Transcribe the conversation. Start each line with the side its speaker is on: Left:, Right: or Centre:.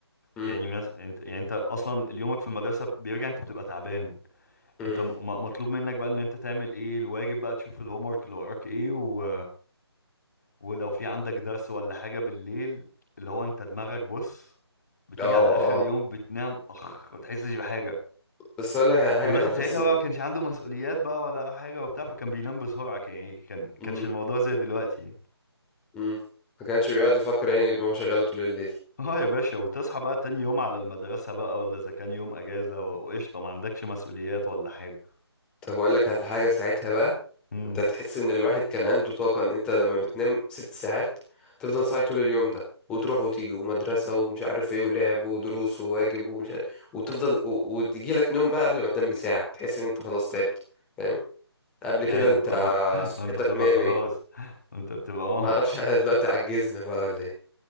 Centre: مم.
Left: يعني مس... انت يعني انت اصلا يومك في المدرسه بيرجع انت بتبقى تعبان
Centre: مم.
Left: انت م... م- مطلوب منك بقى ان انت تعمل ايه الواجب بقى تشوف الهوم ورك اللي وراك ايه و... ولو في عندك درس ولا حاجه بالليل اللي هو انت دماغك بص بتيجي
Centre: اه
Left: على اخر يوم بتنام اخ ما بتحسش بحاجه
Centre: بس اقول لك على حاجه
Left: والواحد
Centre: انا بحس
Left: ساعتها
Centre: ان
Left: بقى ما كانش عنده مسؤوليات بقى ولا حاجة وبتاع فكان بينام بسرعة كان يعني كان
Centre: امم
Left: كانش الموضوع زي دلوقتي يعني
Centre: امم ما كانش بيقعد يفكر يعني دماغه شغاله طول الليل
Left: <laughs> اه يا باشا وتصحى بقى تاني يوم على المدرسة بقى ولا إذا كان يوم أجازة و- وقشطة ما عندكش مسؤوليات ولا حاجة
Centre: طب اقول لك على حاجه ساعتها بقى
Left: امم
Centre: انت تحس ان الواحد كان عنده طاقه ان انت لما بتنام ست ساعات تفضل صاحي طول اليوم ده وتروح وتيجي ومدرسه ومش عارف ايه ولعب ودروس وواجب ومش عارف وتفضل وتجي لك نوم بقى قبل ما تنام بساعه تحس ان انت خلاص تعبت فاهم قبل
Left: أيوه
Centre: كده انت
Left: طبعا <laughs>
Centre: صحتك
Left: أنت بتبقى
Centre: مية
Left: خلاص
Centre: مية
Left: أنت بتبقى اه
Centre: ما اعرفش <laughs> احنا دلوقتي عجزنا بقى ولا ايه